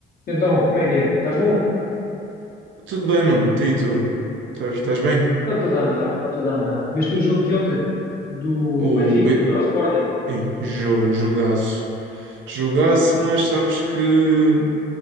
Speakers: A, on the left; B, on the right.
A: Então, como é que é? Estás bom?
B: Tudo bem, mano. Tu e tu? Estás estás bem?
A: Está tudo a andar, está tudo a andar. Viste o jogo de ontem do
B: O
A: Benfica
B: B...
A: contra o Sporting?
B: Ei, jogo, jogaço. Jogaço, mas sabes que...